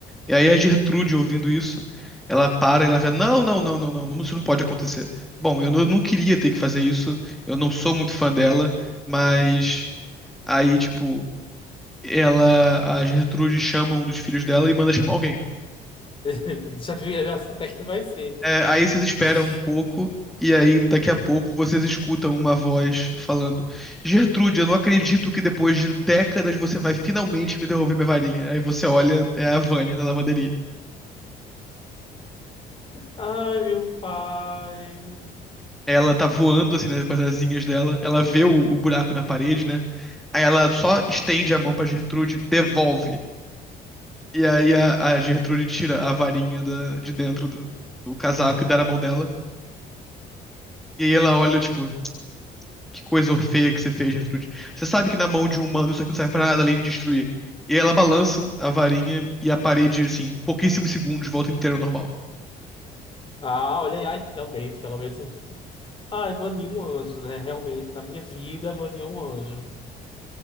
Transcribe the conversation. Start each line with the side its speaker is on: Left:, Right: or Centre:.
Centre: E aí a Gertrude, ouvindo isso, ela para e ela fala: Não, não, não, não, não, não, isso não pode acontecer. Bom, eu, não- eu não queria ter que fazer isso, eu não sou muito fã dela, mas aí, tipo, ela, a Gertrude chama um dos filhos dela e manda chamar alguém.
Left: <laughs> Já devia, já sei até que vai ser.
Centre: É, aí vocês esperam
Left: <laughs>
Centre: um pouco, e aí daqui a pouco vocês escutam uma voz falando: Gertrude, eu não acredito que depois de décadas você vai finalmente me devolver minha varinha. Aí você olha, é a Vânia da lavanderia.
Left: Ai, meu pai.
Centre: Ela tá voando, assim, né, com as asinhas dela, ela
Left: Certo.
Centre: vê o, o buraco na parede, né? Aí ela só estende a mão pra Gertrude, devolve. E aí a, a Gertrude tira a varinha da- de dentro do, do casaco
Left: <laughs>
Centre: e dá na mão dela. E aí ela olha, tipo, Que coisa feia que você fez, Gertrude. Você sabe que na mão de um humano isso aqui não serve pra nada além de destruir. E ela balança a varinha e a parede, assim, em pouquíssimos segundos, volta inteira ao normal.
Left: Ah, olha aí, ai, finalmente, pelo menos. Ai, Vani é um anjo, né? Realmente, na minha vida, Vani é um anjo.